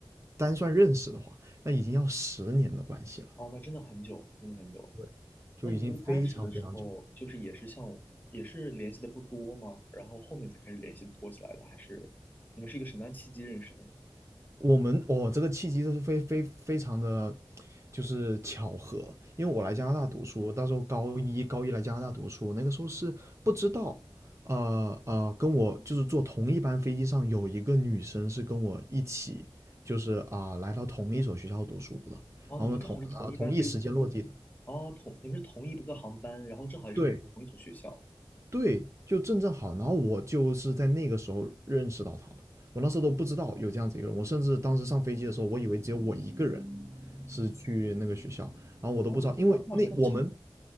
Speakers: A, on the right (about 30°); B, on the left (about 20°).
A: 单算认识的话，那已经要十年的关系了，
B: 哦，那真的很久，真的很久。
A: 对，就已经非常非常久。
B: 那你们一开始的时候，就是也是像也是联系的不多吗？然后后面才开始联系多起来的，还是你们是一个什么样契机认识的呢？
A: 我们哦，这个契机就是非非非常的，就是巧合。因为我来加拿大读书，
B: 嗯，
A: 到时候高一高一来加拿大读书，那个时候是不知道，呃呃，跟我就是坐同一班飞机上有一个女生是跟我一起，就是啊、来到同一所学校读书的，
B: 哦，
A: 然后呢同啊、
B: 你们正好是同一班飞机，
A: 同一时间落地的，
B: 哦，同你们是同一个航班，然后正好也是同一所学校。
A: 对，对，就正正好，然后我就是在那个时候认识到他的，我那时候都不知道有这样子一个人，我甚至当时上飞机的时候，我以为只有我一个人是去那个学校，然后我都不知道，
B: 哦，
A: 因为那我们
B: 那那很巧。